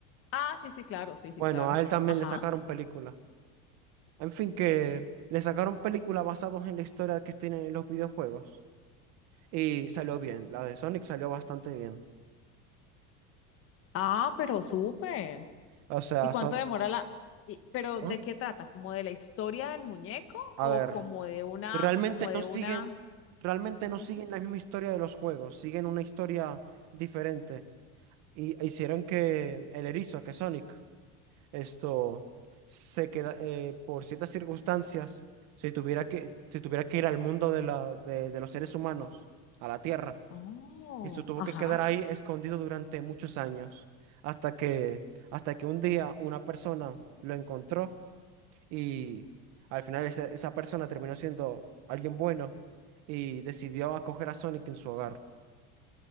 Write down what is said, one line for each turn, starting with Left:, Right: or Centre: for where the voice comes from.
Left: Ah, sí, sí, claro, sí, sí,
Right: Bueno,
Left: claro.
Right: a él también
Left: Ajá.
Right: le sacaron película. En fin, que le sacaron película basados en la historia que tienen en los videojuegos. Y salió bien. La de Sonic salió bastante bien.
Left: Ah, pero súper.
Right: O sea,
Left: ¿Y cuánto
Right: son...
Left: demora la... y- pero
Right: ¿Ah?
Left: ¿de qué trata? ¿Como de la historia del muñeco
Right: A
Left: o
Right: ver,
Left: como de una,
Right: realmente
Left: o como de
Right: no siguen,
Left: una...
Right: realmente no
Left: Ujú.
Right: siguen la misma historia de los juegos. Siguen una historia diferente. Y e hicieron que el erizo, que Sonic. esto se queda eh, por ciertas circunstancias, si tuviera que, si tuviera que ir al mundo de, la, de, de los seres humanos, a la Tierra,
Left: Oh,
Right: y se tuvo
Left: ajá.
Right: que quedar ahí escondido durante muchos años, hasta que, hasta que un día una persona lo encontró y al final esa, esa persona terminó siendo alguien bueno y decidió acoger a Sonic en su hogar.